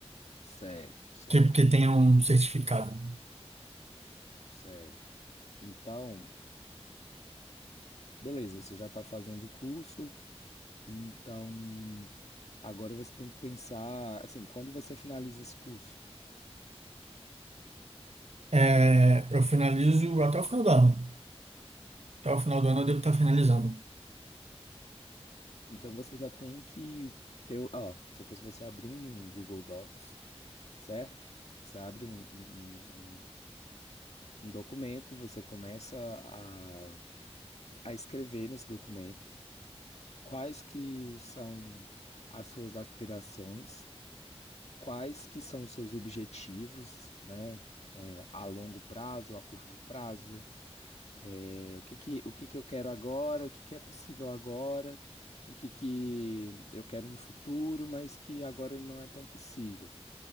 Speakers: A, on the left; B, on the right.
A: Certo, certo,
B: que, que tenham um certificado.
A: certo. Então, Beleza, você já está fazendo o curso, então agora você tem que pensar, assim, quando você finaliza esse curso,
B: É, eu finalizo até o final do ano. Até o final do ano eu devo estar finalizando.
A: então você já tem que ter, o- ó, se eu fosse você abrir um Google Docs, certo? Você abre um, um, um, um um documento, você começa a, a escrever nesse documento quais que são as suas aspirações, quais que são os seus objetivos, né? É, a longo prazo, a curto prazo É, o que que, o que que eu quero agora, o que que é possível agora, o que que eu quero no futuro, mas que agora não é tão possível.